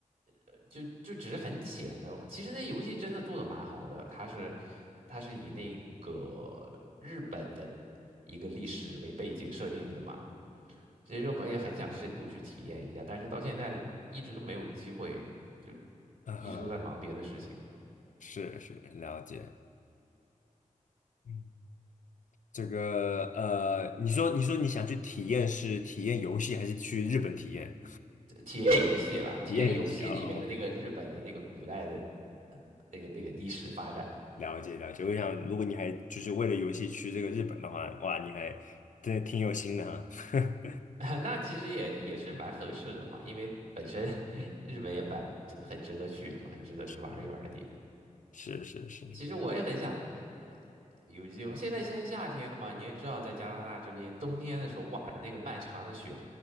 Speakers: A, on the right (about 75°); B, on the left (about 65°).
A: 呃就就只是很浅的。其实那游戏真的做的蛮好的，它是它是以那个日本的一个历史为背景设定的嘛。其实我也很想深度去体验一下，但是到现在一直都没有机会，就
B: 嗯哼。
A: 一直都在忙别的事情。
B: 是是，了解。嗯。这个呃，你说你说你想去体验是体验游戏，还是去日本体验？
A: 呃体验游戏啦，
B: <laughs>
A: 体验游戏里边的那个日本的那个古代的呃那个那个历史发展。
B: 体验游戏哦，哦了解了解。我想，如果你还就是为了游戏去这个日本的话，哇，你还真的挺有心的哈。
A: <laughs> 那其实也也是蛮合适的嘛，因为本身 <laughs> 日本也蛮很值得去的嘛，很值得去玩一玩的地方。
B: <laughs> 是是是，
A: 其实我也很想，呃，有机会。现在现在夏天了嘛，你也知道，在加拿大这边冬天的时候，哇，那个漫长的雪，